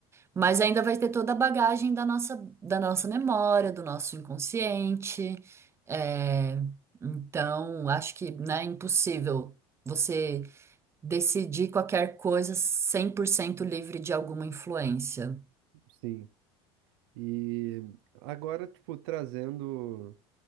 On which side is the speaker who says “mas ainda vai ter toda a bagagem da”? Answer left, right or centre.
Right